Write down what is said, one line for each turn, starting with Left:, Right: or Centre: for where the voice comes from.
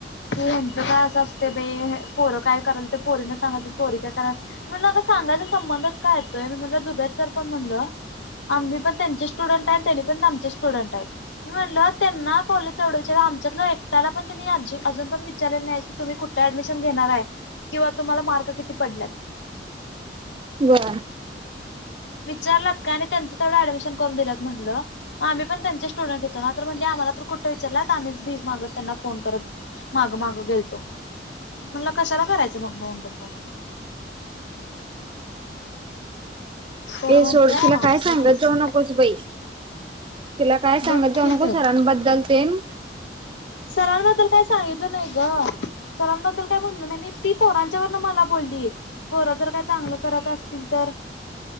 Left: ते हेंच काय अस ते बाई पोरं काय कराल ते पोरीना सांगायचं आणि पोरी काय कराल सांगायचा संबंधच काय येतोय नाय मी म्हणलं दुबेर सर पण म्हणलं आम्ही पण त्यांचे स्टुडंट आहे त्यांनी पण त्यांचेच स्टुडंट आहे मी म्हटल त्यांना कॉलेज तेवढं आमच्यातलं एकट्याला पण त्यांनी अर्चे अजून विचारलं नाही की तुम्ही कुठं ॲडमिशन घेणार हाय? किंवा तुम्हांला मार्क किती? पडल्यात
Right: वा
Left: विचारलात का आणि त्यांचं तेवढं ऍडमिशन करून दिलंत म्हटलं मग आम्ही पण त्यांचे स्टुडंट हुतो ना? तर म्हणली आम्हांला तर कुठ विचारल्यात आम्हीच भीक मागत त्यांना फोन करत माग माग गेलतो म्हणला कशाला करायचं मग म्हणलं फोन तर
Right: ए
Left: म्हणत्या
Right: सोड तिला
Left: असं
Right: काय सांगात
Left: तसं
Right: जाऊ नकोस बाई तिला काय
Left: बघ
Right: सांगत जाऊ
Left: की
Right: नको
Left: तर
Right: सरांबद्दल तेन
Left: सरांबद्दल काय सांगितलं नाही ग सरांबद्दल काय म्हणलं नाही मी ती पोरांच्यावरन मला बोलली पोरं जर काय चांगलं करत असतील तर